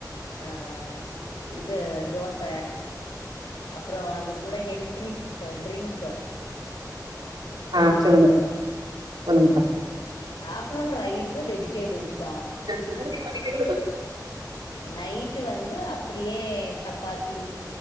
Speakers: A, on the left; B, on the right.
A: ஆ இது தோச அப்றோ அது கூட ஹெல்த் மிக்ஸு ட்ரிங்க்கு
B: ஆ
A: அது குடுப்போ
B: சொல்லுங்க சொல்லுங்கக்கா
A: ஹாப்நூன் ரைஸ் வெஜிடேபிள்ஸ் தா
B: <unintelligible>
A: நைட்டு வந்து அப்டியே சப்பாத்தி